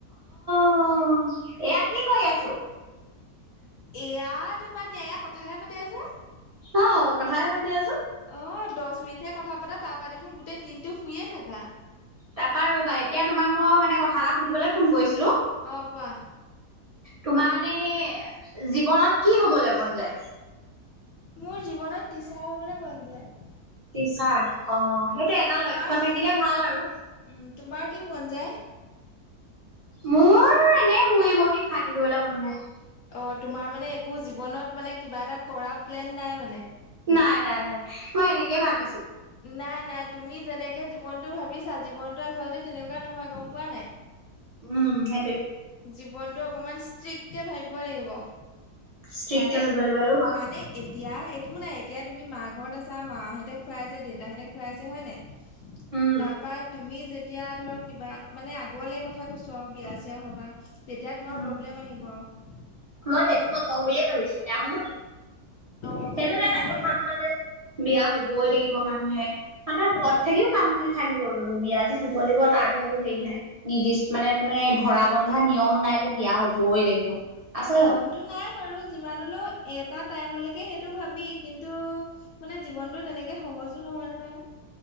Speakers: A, on the right; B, on the left.
A: অহ এয়া কি কৰি আছো?
B: এয়া তোমাৰ বাদ দিয়া এয়া কথাহে পাতি আছে।
A: অ', কথা হে পাতি আছো।
B: অ', দহ মিনিটহে কথা পতা তাৰপা দেখোন গোটেই দিনটো শুয়ে থাকা।
A: তাৰাপা ৰ'বা এতিয়া তোমাক মই মানে কথা এটা সুধিবলৈ ফোন কৰিছো।
B: অ', কোৱা?
A: তোমাৰ মানে এনে জীৱনত কি হবলৈ মন যায়?
B: মোৰ জীৱনত টিচাৰ হ'বলৈ মন যায়।
A: টিচাৰ অ'
B: উম
A: সেইটো এটা
B: তোমাৰ
A: লক্ষ্য থাকিলে ভাল আৰু।
B: উম তোমাৰ কি মন যায়?
A: মোৰ এনেই শুই বহি খাই থাকিবলৈ মন যায়।
B: অ', তোমাৰ মানে একো জীৱনত মানে কিবা এটা কৰা প্লেন নাই মানে?
A: নাই নাই নাই মই এনেকেই ভাল পাইছো।
B: নাই নাই তুমি যেনেকে জীৱনতটো ভাবিছা জীৱনটো আচলতে তেনেকুৱা নহয় গম পোৱা নে নাই।
A: উম। সেইটোৱে
B: জীৱনটো অকনমান ষ্ট্ৰিক্টকে ভাবিব লাগিব।
A: ষ্ট্ৰিককে
B: মানে,
A: ভাবিব লাগিব সেইটো হয়
B: মানে এতিয়া একো নাই এতিয়া তুমি মা ঘৰত আছা মাহঁতে খুৱাই আছে দেউতাহঁতে খুৱাই আছে হয় নাই?
A: উম
B: তাৰপা তুমি যেতিয়া ধৰ কিবা মানে আগলে কথা কৈছো আৰু বিয়া চিয়া হবা, তেতিয়া তোমাৰ
A: উম,
B: প্ৰব্লেম আহিব আৰু
A: মই সেইটো নকওঁ বুলিয়ে ভাবিছো বেয়া হব নেকি?
B: অ
A: সেইটো
B: ঘৰতে
A: যে
B: থাকিম
A: এটা
B: বুলি
A: কথা নহয় যে, বিয়া হবই লাগিব মানুহে, মানুহৰ ঘৰত
B: ঘ
A: থাকিও কাম কৰি খাই থাকিব পাৰিব বিয়া যে হব হব লাগিব তাৰ একো হেৰি নাই নিৰ্দিষ্ট মানে তুমি ধৰা বন্ধা নিয়ম নাই যে বিযয়া হবই লাগিব। আছে
B: নিয়মতটো
A: জানো
B: নাই, বাৰু যিমানলৈও এটা টাইমলৈকে সেইটো ভাবি কিন্তু মানে জীৱনতটো তেনেকে হ সহজো নহয়, নহয়।